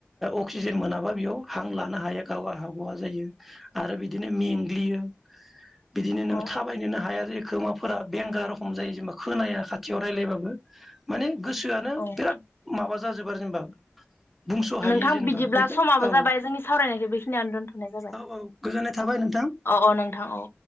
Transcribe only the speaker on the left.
औ
औ
नोंथां
बिदिब्ला
समाबो
जाबाय जोंनि सावरायनायखौ बेखिनियावनो दोनथ'नाय जाबाय
औ
औ औ नोंथां औ